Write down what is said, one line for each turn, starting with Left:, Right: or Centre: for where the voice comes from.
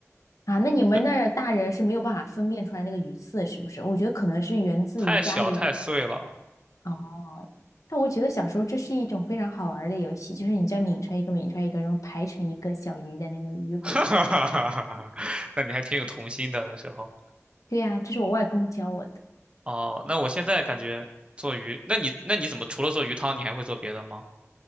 Left: 啊。那你们那儿大人是没有办法分辨出来那个鱼刺，
Right: 这
Left: 是不是？我觉得可能是源自于家里
Right: 太小太碎了。
Left: 哦。但我觉得小时候这是一种非常好玩儿的游戏，就是你这样抿出来一个，抿出来一个，然后排成一个小鱼的那个鱼骨的感觉。
Right: <laughs> 哈哈哈哈哈哈！那你还挺有童心的那时候。
Left: 对呀、这是我外公教我的。
Right: 哦，那我现在感觉做鱼，那你那你怎么除了做鱼汤，你还会做别的吗？